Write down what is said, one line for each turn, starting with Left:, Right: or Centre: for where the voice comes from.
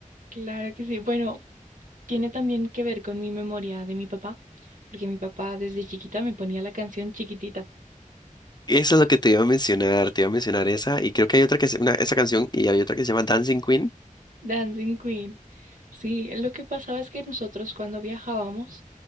Right: Claro que sí. Bueno, tiene también que ver con mi memoria de mi papá, porque mi papá desde chiquita me ponía la canción chiquitita,
Left: Eso es lo que te iba a mencionar. Te iba a mencionar esa. Y creo que hay otra que es una, esa canción y hay otra que se llama Dancing Queen.
Right: Dancing Queen. Sí, lo que pasaba es que nosotros cuando viajábamos,